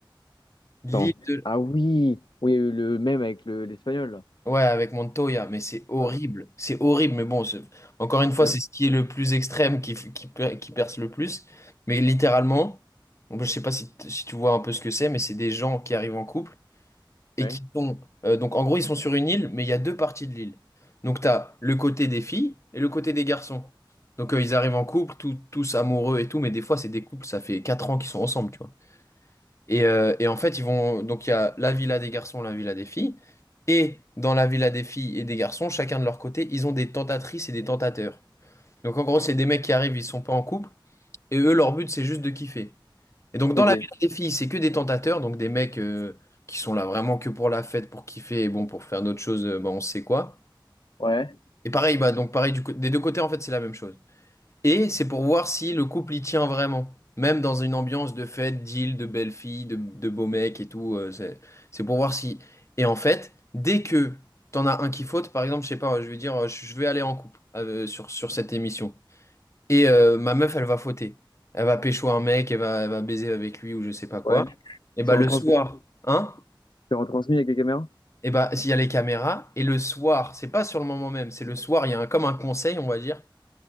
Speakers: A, on the left; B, on the left.
A: L'île
B: Attends.
A: de.
B: Ah oui, oui, il y a eu le même avec le, l'espagnol, là.
A: Ouais, avec Montoya, mais c'est horrible.
B: Ouais, ouais.
A: C'est horrible, mais bon, c'est- encore une
B: C'est
A: fois,
B: ça.
A: c'est ce qui est le plus extrême qui, f- qui, per- qui perce le plus. Mais littéralement, bon, je sais pas si, t- si tu vois un peu ce que c'est, mais c'est des gens qui arrivent en couple et
B: Ouais.
A: qui sont. euh, donc, en gros, ils sont sur une île, mais il y a deux parties de l'île. Donc, tu as le côté des filles et le côté des garçons. Donc, euh, ils arrivent en couple, tout- tous amoureux et tout, mais des fois, c'est des couples, ça fait 4 ans qu'ils sont ensemble, tu vois. Et, euh, et en fait, ils vont. Donc, il y a la villa des garçons, la villa des filles. Et dans la villa des filles et des garçons, chacun de leur côté, ils ont des tentatrices et des tentateurs. Donc, en gros, c'est des mecs qui arrivent, ils sont pas en couple. Et eux, leur but, c'est juste de kiffer. Et donc,
B: Ok.
A: dans la villa des filles, c'est que des tentateurs. Donc, des mecs euh, qui sont là vraiment que pour la fête, pour kiffer. Et bon, pour faire d'autres choses, euh, bah, on sait quoi.
B: Ouais.
A: Et pareil, bah, donc, pareil, du co- des deux côtés, en fait, c'est la même chose. Et c'est pour voir si le couple y tient vraiment. Même dans une ambiance de fête, d'île, de belles filles, de, de beaux mecs et tout. euh, c'est, c'est pour voir si. Et en fait, dès que t'en as un qui faute, par exemple, je sais pas, je vais dire, euh, je je vais aller en couple euh, sur, sur cette émission. Et euh, ma meuf, elle va fauter. Elle va pécho un mec, elle va, elle va baiser avec lui ou je sais pas quoi.
B: Ouais.
A: Et
B: C'est
A: bah
B: retransmis.
A: le soir, hein?
B: C'est retransmis avec les caméras?
A: Et bah s'il y a les caméras, et le soir, c'est pas sur le moment même, c'est le soir, il y a un- comme un conseil, on va dire.